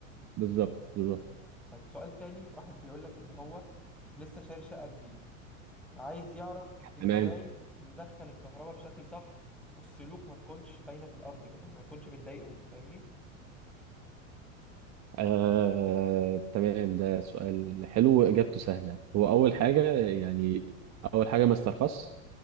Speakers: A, on the right (about 40°); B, in the centre.
A: بالظبط بالظبط
B: طيب سؤال تاني واحد بيقول لك ان هو لسه شاري شقة جديد وعايز يعرف ازاي
A: تمام
B: يدخل الكهرباء بشكل صح والسلوك ما تكونش باينة في الارض كده يعني ما يكونش بتضايقهم فاهمني
A: آه تمام ده سؤال حلو واجابته سهله هو اول حاجه يعني اول حاجه ما استرخصش